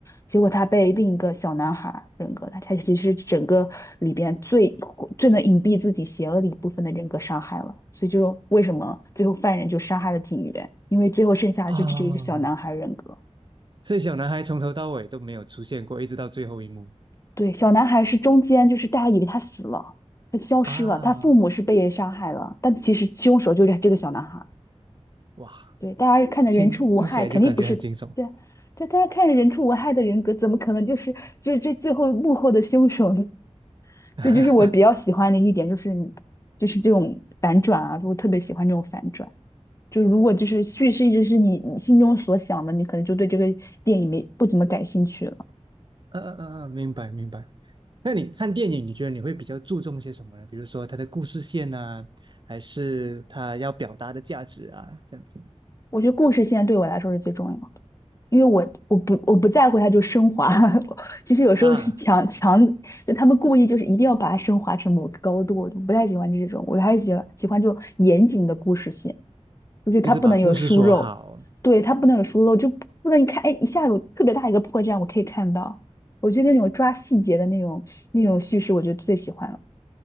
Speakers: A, on the left; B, on the right.
A: 结果他被另一个小男孩儿人格，他他其实整个里边最最能隐蔽自己邪恶的一部分的人格伤害了，所以就为什么最后犯人就杀害了警员，因为最后剩下的就只有一个小男孩人格。
B: 哦，所以小男孩从头到尾都没有出现过，一直到最后一幕
A: 对，小男孩是中间，就是大家以为他死了，他消失了，
B: 啊！
A: 他父母是被人杀害了，但其实凶手就是这个小男孩。
B: 哇，
A: 对，大家看着人畜无害，
B: 听听起来就感觉很惊悚。
A: 肯定不是，对，这大家看着人畜无害的人格，怎么可能就是就是这最后幕后的凶手呢？
B: <laughs>
A: 所以就是我比较喜欢的一点就是就是这种反转啊，
B: 嗯
A: 我特别喜欢这种反转。就是如果就是叙事一直是你你心中所想的，你可能就对这个电影没不怎么感兴趣了。
B: 嗯嗯嗯，明白明白。那你看电影，你觉得你会比较注重些什么呢？比如说它的故事线啊，还是它要表达的价值啊，这样子
A: 我觉得故事现在对我来说是最重要的。因为我我不我不在乎它就升华，<laughs> 其实有时候是强强，
B: 啊，
A: 就他们故意就是一定要把它升华成某个高度，我就不太喜欢这种，我还是喜欢喜欢这种严谨的故事性，就是它不能有疏漏，
B: 就是把故事说好，
A: 对，它不能有疏漏，就不能一看，哎，一下有特别大一个破绽，我可以看到，我觉得那种抓细节的那种那种叙事，我就最喜欢了，